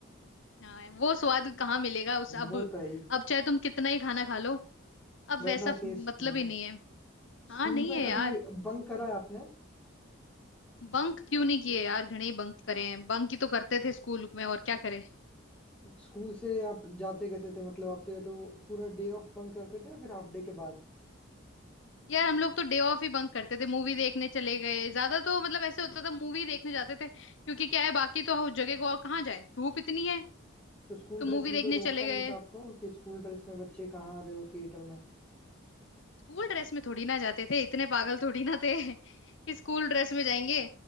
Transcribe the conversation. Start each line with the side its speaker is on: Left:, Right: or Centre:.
Left: हाँ वो स्वाद कहाँ मिलेगा उस अब
Centre: वो तो है ही
Left: अब चाहे तुम कितना ही खाना खा लो अब
Centre: वैसा
Left: वैसा फ-
Centre: टेस्ट
Left: मतलब
Centre: नहीं है
Left: ही नहीं है हाँ
Centre: स्कूल
Left: नहीं
Centre: में
Left: है
Centre: कभी
Left: यार
Centre: बंक करा है आपने
Left: बंक क्यों नहीं किए यार घणे ही बंक करे हैं बंक ही तो करते थे स्कूल में और क्या करें
Centre: स्कूल से आप जाते कैसे थे मतलब आप तो या तो पूरा डे ऑफ बंक करते थे या फिर हाफ डे के बाद
Left: यार हम लोग तो डे ऑफ ही बंक करते थे मूवी देखने चले गए ज्यादा तो मतलब ऐसे होता था मूवी देखने जाते थे क्योंकि क्या है बाकी तो उस जगह को और कहाँ जाए धूप इतनी है
Centre: तो स्कूल
Left: तो
Centre: ड्रेस
Left: मूवी
Centre: में
Left: देखने
Centre: कोई रोकता
Left: चले
Centre: नहीं
Left: गए
Centre: था आपको कि स्कूल ड्रेस में बच्चे कहाँ आ रहे हो थिएटर में
Left: स्कूल ड्रेस में थोड़ी ना जाते थे इतने पागल थोड़ी ना थे <laughs> कि स्कूल ड्रेस में जाएंगे